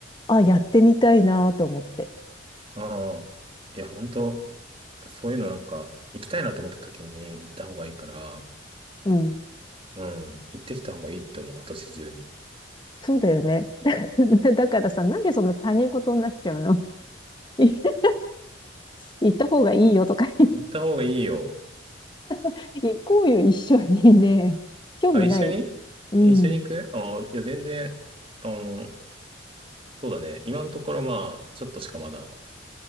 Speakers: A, on the left; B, on the right.
A: あ、やってみたいなと思って。
B: ああ。いや、本当そういうのなんか、行きたいなと思った時に行った方がいいから、
A: うん。
B: うん。行ってきた方がいいって思う、今年中に。
A: そうだよね。<laughs> だからさ、なんでそんな他人事になっちゃうの <laughs> 行った方がいいよとか言っ
B: 行った方がいいよ。
A: て <laughs> 行こうよ、一緒にね。興味ない
B: あ、一緒に一緒に行くああ、
A: うん。
B: いや、全然、あの、そうだね。今のところ、まあ、ちょっとしかまだ